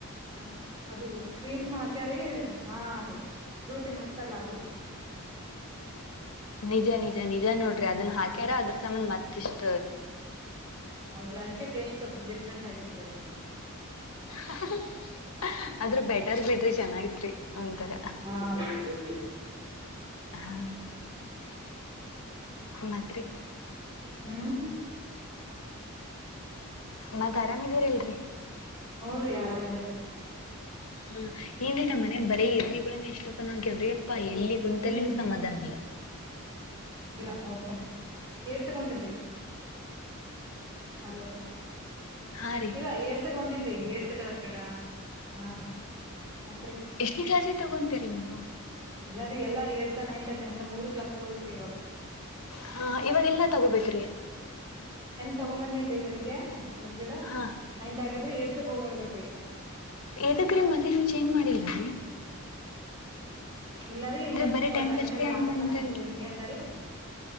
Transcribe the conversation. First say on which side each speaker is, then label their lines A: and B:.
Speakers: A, on the right; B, on the left.
A: ಹಲೋ ಅದು ಕ್ರೀಮ್ ಹಾಕ್ಯಾರಿೀ ಹಾ ರೀ ಫ್ರೂಟಿ ಹಾಕ್ತಾರಲ್ಲ ಅದು ರೀ
B: ನಿಜ ನಿಜ ನಿಜ ನೋಡ್ರಿ ಅದನ್ನ ಹಾಕ್ಯಾರ ಅದ್ರ ಸಮನ್ ಮತ್ತಿಷ್ಟ
A: ಹೌದ ಅದಕ್ಕೆ ಟೇಸ್ಟ್ ಸ್ವಲ್ಪ ಡಿಫ್ರೆಂಟ್ ಆಗಿತ್ತು ದು
B: ಹ <unintelligible> ಆದ್ರ ಬೆಟರ್ ಬಿಡ್ರಿ ಚೆನ್ನಾಗಿತ್ರಿ ಒಂಥರ
A: ಹ ಗ
B: ಹಾ ಮತ್ರಿ
A: ಹ್ಮ್
B: ಮತ್ ಆರಾಮಿದೀರಲ್ರರಿ
A: ಹ್ ರೀ ಆರಾಮದೇ <inaudible>
B: ಹ್ಮ ಇಂದಿನ ಮನೆಗ್ ಬರೇ ಇರ್ವಿ ಇಷ್ಟಕ್ಕನಗ್ಯಾವ್ರಿಪ್ಪಾ ಎಲ್ಲಿ ಕುಂತಲಿನ
A: ಎಲ್ಲಿ
B: ಸಮಾಧಾನ ಇಲ್ಲ
A: ಇಲ್ಲ ಹೋಗ್ತೇನ್ರಿ ಏರ್ ತಗೊಂಡಂಟಂಟೀ ಹಲೋ
B: ಹಾ ರೀ
A: ಇಲ್ಲ ಏಡ್ ತಗೊಂಟ ತ <unintelligible> ಕದ ಕಡಾರ್ ಹಾ ರಿ ಮತ್ರಿ
B: ಎಷ್ಟನೇ ಕ್ಲಾಸಿಗೆ ತಗೊಂತೀರಿ ನೀವು
A: ಎಲ್ಲಾರಿರು ಎಲ್ಲ ಏಡ್ತ್ ನೈನ್ತ್ ಟೆಂತ್ ಮೂರು ಕ್ಲಾಸ್ ಹೋಗಬೇಕ್ರಿ ಇವಾಗ
B: ಹಾ ಇವಾಗ ಎಲ್ಲ ತಗೋಬೇಕ್ರಿ
A: ತಗೊಂಬಂದೇನ್ೀ ಬೆಳಿಗ್ಗೆ ಎ ಕ್ರೀಡಾ
B: ಹಾ
A: ನೈನ್ತ್ ಆಗ್ಯಾದ್ರೆ ಎಡ್ತಕ್ ಹೋಗ್ಬರ್ಬೇಕ್ರೀ ಈಗ
B: ಎದಕ್ಕೆರಿ, ಮೊದಲೇ ಚೇಂಜ್ ಮಾಡಿಲ್ಲ, ರೀ.. <inaudible>
A: ಇಲ್ಲಾರಿ
B: ಅಂದ್ರೆ
A: ಇನ್ನೊಂದು, ಸ್ವಲ್ಪ
B: ಬರೀ ಟೆಂತ್
A: ಟೈಮ್
B: ಅಷ್ಟೇ
A: ಟೇಬಲ್,
B: ಅಂತ
A: ಹಾಕತನ,
B: ಅಂದ್ರಲ್
A: ಒಂಚೂರ್ ಹಿಂಗೆ ಇದ್ದಾರಿ. <inaudible>